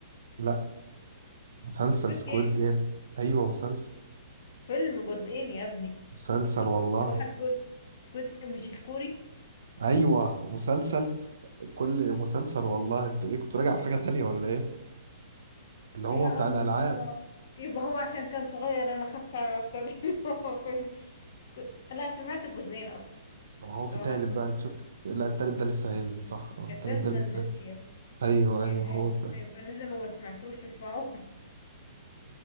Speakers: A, on the right; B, on the left.
A: لا مسلسل
B: سكوت
A: سكويد
B: جيم
A: جيم ايوه مسلسل
B: فيلم جزئين يا ابني
A: مسلسل والله
B: صباح الفل سكوت مش الكوري
A: ايوه مسلسل كل مسلسل والله انت ايه كنت راجع على حاجه تانية ولا ايه اللي هو
B: يا
A: بتاع
B: الله
A: الالعاب
B: يبقى هو عشان كان صغير انا خدت على حسابي <laughs> إن هو فيلم سكوت لا سمعت الجزئين اصلا
A: ما هو
B: صباح
A: في تالت
B: الفل
A: بقى انت شفت لا التالت ده لسه هينزل صح اه التالت
B: التالت
A: ده
B: ما
A: لسه
B: نزلش يا ابني
A: ايوه
B: يعني
A: ايوه هو
B: إيه؟
A: ده
B: هيبقى نزل وما سمعتوش مش معقول <laughs>